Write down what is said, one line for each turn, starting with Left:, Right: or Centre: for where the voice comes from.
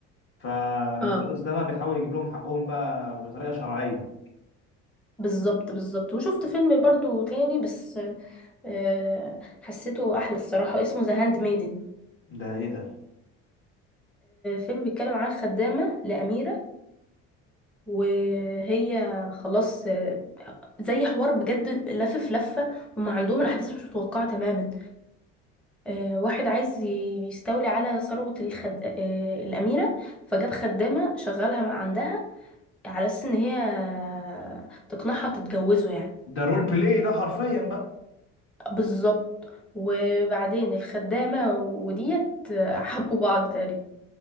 Left: فالمدرس
Centre: اه
Left: ده بقى بيحاول يجيب لهم حقهم بقى بطريقه شرعيه
Centre: بالظبط بالظبط وشفت فيلم برضو تاني بس آه، حسيته احلى الصراحة اسمه ذا هاند ميدن
Left: ده ايه ده
Centre: فيلم بيتكلم عن خدامة لأميرة وهي خلاص آه، زي حوار بجد لف في لفة وما عندهم الأحداث مش متوقعة تماما آه، واحد عايز ي- يستولي على ثروة الخد... آه، الأميرة فجاب خدامة شغالها مع- عندها على أساس إن هي آه، تقنعها تتجوزه يعني
Left: ده رول بلاي ده حرفيا بقى
Centre: بالظبط وبعدين الخدامة وديت حبوا بعض تقريبا